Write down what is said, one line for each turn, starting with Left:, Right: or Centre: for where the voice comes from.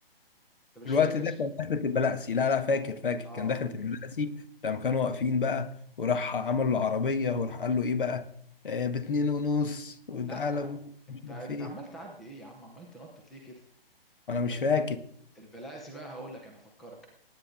Centre: انت مش
Left: الوقت
Centre: فاكر
Left: ده كان دخلة البلاسي لا لا فاكر فاكر كان
Centre: اه
Left: دخلة البلاسي لما كانوا واقفين بقى وراح عمل العربية وراح قال له ايه بقى آه باتنين ونص وتعالى
Centre: لا
Left: بو-
Centre: انت
Left: مش عارف
Centre: انت
Left: ايه
Centre: عمال تعدي ايه يا عم عمال تنطط ليه كده
Left: انا مش
Centre: بل...
Left: فاكر
Centre: البلاسي بقى هقول لك انا افكرك